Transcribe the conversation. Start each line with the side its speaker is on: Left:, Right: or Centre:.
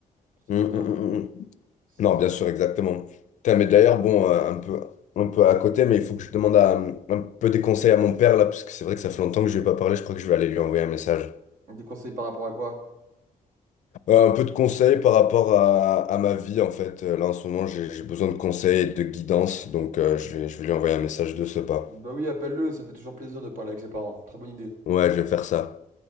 Right: C'est ce
Left: hmm,
Right: que je veux dire.
Left: hmm, hmm, hmm.
Right: C'est
Left: Non,
Right: difficile.
Left: bien sûr, exactement. Putain, mais d'ailleurs, bon, euh, un peu, un peu à côté, mais il faut que je demande à- un peu des conseils à mon père, là, parce que c'est vrai que ça fait longtemps que je lui ai pas parlé, je crois que je vais aller lui envoyer un message.
Right: Des conseils par rapport à quoi?
Left: Euh, un peu de conseils par rapport à, à ma vie, en fait. Euh, Là, en ce moment, j'ai j'ai besoin de conseils, et de guidance, donc euh, je vais, je vais lui envoyer un message de ce pas.
Right: Bah oui, appelle-le, ça fait toujours plaisir de parler avec les parents. Très bonne idée.
Left: Ouais, je vais faire ça.